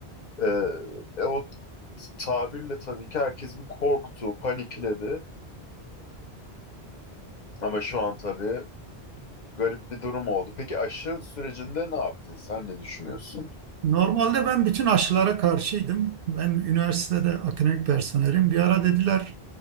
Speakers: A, on the left; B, on the right.
A: Eee, e, o tabirle tabii ki herkes bir korktu, panikledi. Ama şu an tabii garip bir durum oldu. Peki aşı sürecinde ne yaptın? Sen ne düşünüyorsun?
B: Normalde ben bütün aşılara karşıydım. Ben üniversitede akademik personelim. Bir ara dediler